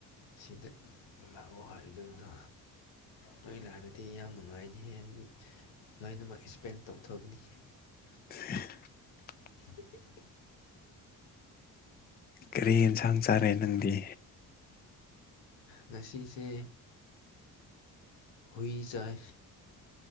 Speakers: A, on the left (about 80°); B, on the left (about 20°).
A: ꯁꯤꯗ ꯂꯥꯛꯑꯣ ꯍꯥꯏꯕꯗꯨꯗ ꯅꫭꯏ ꯂꯥꯛꯔꯗꯤ ꯌꯥꯝ ꯅꯨꯡꯉꯥꯏꯅꯤꯍꯦ ꯑꯩ ꯂꯣꯏꯅꯃꯛ ꯏꯁꯄꯦꯟ ꯇꯧꯊꯣꯛꯒꯅꯤ
B: <inaudible>
A: <unintelligible>
B: ꯀꯔꯤ ꯌꯦꯟꯁꯥꯡ ꯆꯥꯔꯦ ꯅꯪꯗꯤ
A: ꯉꯁꯤꯁꯦ ꯍꯨꯏ ꯆꯥꯏ